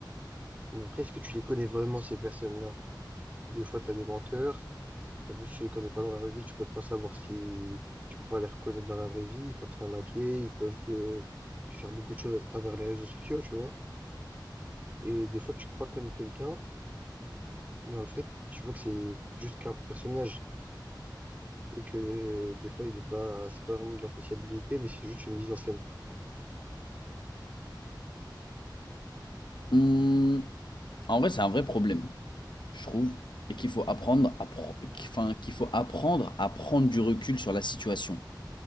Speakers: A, on the right; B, on the left.
A: Mais après, est-ce que tu les connais vraiment, ces personnes-là? Des fois, tu as des menteurs. En plus, tu les connais pas dans la vraie vie, tu peux pas savoir si tu peux pas les reconnaître dans la vraie vie. Ils peuvent t'arnaquer, ils peuvent te, te faire beaucoup de choses à travers les réseaux sociaux, tu vois. Et des fois, tu crois connaître quelqu'un, mais en fait, tu vois que c'est juste qu'un personnage. Et que euh, des fois, il est pas, c'est pas vraiment de la sociabilité, mais c'est juste une mise en scène.
B: Hmm, en vrai, c'est un vrai problème, je trouve, et qu'il faut apprendre à pro- qu'- enfin, qu'il faut apprendre à prendre du recul sur la situation.